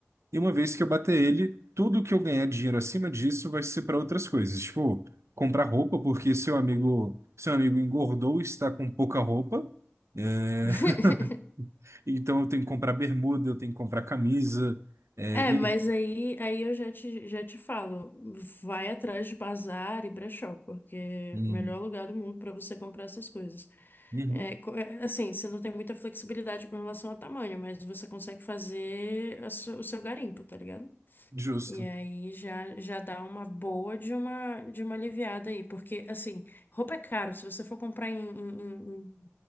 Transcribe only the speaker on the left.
<laughs>
É,
mas aí, aí eu já te, já te falo, vai atrás de bazar e brechó, porque é
o melhor lugar do mundo para você comprar essas coisas.
É, co- é, assim, você não tem muita flexibilidade com relação ao tamanho, mas você consegue fazer a su- o seu garimpo, tá ligado?
E aí já, já dá uma boa de uma, de uma aliviada aí, porque assim, roupa é caro. Se você for comprar em, em- em- em